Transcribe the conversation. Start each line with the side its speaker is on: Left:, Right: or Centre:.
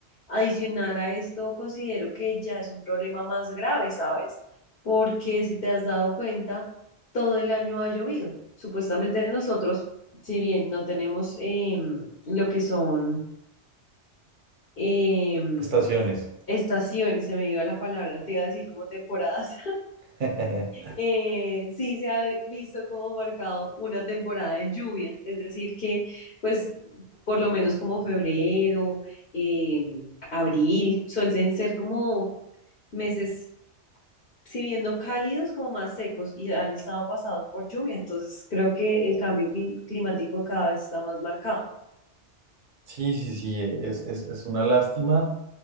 Left: Adicional a esto, considero que ya es un problema más grave, ¿sabes? Porque si te has dado cuenta, todo el año ha llovido. Supuestamente nosotros, si bien no tenemos em, lo que son em,
Right: Estaciones.
Left: estaciones, se me dio la palabra, te iba a decir como temporadas,
Right: <laughs>
Left: eh, sí se ha visto como marcado una temporada de lluvia, es decir, que pues por lo menos como febrero, eh, abril, suelen ser como meses, si bien no cálidos, como más secos y han estado pasados por lluvia, entonces creo que el cambio clim- climático cada vez está más marcado.
Right: Sí, sí, sí, es, es, es una lástima